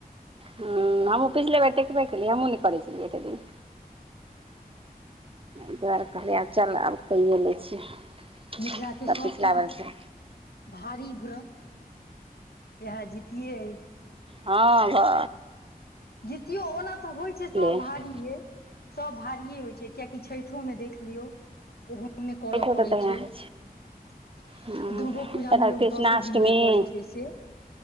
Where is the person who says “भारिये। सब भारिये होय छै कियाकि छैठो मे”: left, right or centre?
Left